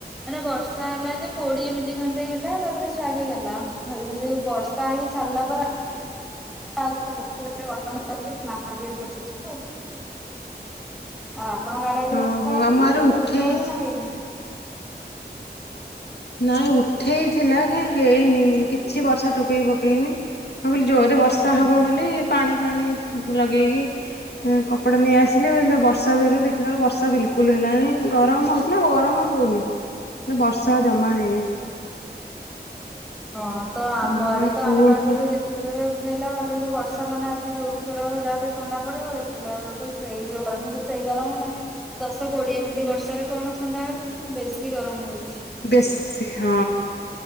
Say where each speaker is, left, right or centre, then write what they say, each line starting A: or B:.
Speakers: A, in the centre; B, on the left (about 70°).
A: ମାନେ ବର୍ଷା ହେଲା ଯେ କୋଡିଏ ମିନିଟ୍ ଖଣ୍ଡେ ହେଲା ତାପରେ ଛାଡିଗଲା, ଯୋଉ ବସ ର୍ଷା ହେଇକି ଛାଡ଼ିଲା ପରେ <unintelligible> ଆଉ ଆପଣଙ୍କ ଆଡେ ଆଜି
B: ଓହୋ
A: ବର୍ଷା ହେଇଚିକି
B: ଆମ ଆଡେ ଉଠେଇ
A: ଉପରଓଳି ନା ହେଇନି।
B: ନାଇଁ ଉଠେଇଥିଲା କାଇଁ ହେଇନି କିଛି ବର୍ଷା ଟୋପେବି ପକେଇନି। ଭାବିଲି ଜୋରରେ ବର୍ଷା
A: ହଁ।
B: ହବ ବୋଲି ପାଣି ଫାଣି ଲଗେଇକି କପଡ଼ା ନେଇଆସିଲି ବଲେ ବର୍ଷା ଦେର ଦେଖିଲା ବର୍ଷା ବିଲକୁଲ ହେଲାନି ଗରମ ହଉ ଥିଲା ଗରମ ହଉନି ମାନେ ବର୍ଷା ଆଉ ଜମା ହେଇନି।
A: ହଁ ତ ଆମ
B: ଆଉ
A: ଆଡେ
B: ଏଇ
A: ତ
B: ପୁଅକୁ
A: ଆମେ ଭାବିଲୁ ଯେ ଏତେ ଜୋରେ ଉଠେଇଲା ଭାବିଲୁ ବର୍ଷା ମାନେ ଆଜି ଜୋରସୋର ହବ ଯାହା ହଉ ଟିକେ ଥଣ୍ଡା ପଡିବ ଦେଖିଲା ବେଳକୁ ସେଇ ଯୋଉ ଗରମକୁ ସେ ସେଇ ଗରମ ମାନେ ଦଶ କୋଡିଏ ମିନିଟ ବର୍ଷାରେ କଣ ଥଣ୍ଡା ହବ ବେଶୀ ଗରମ ହଉଚି।
B: ବେଶୀ ହଁ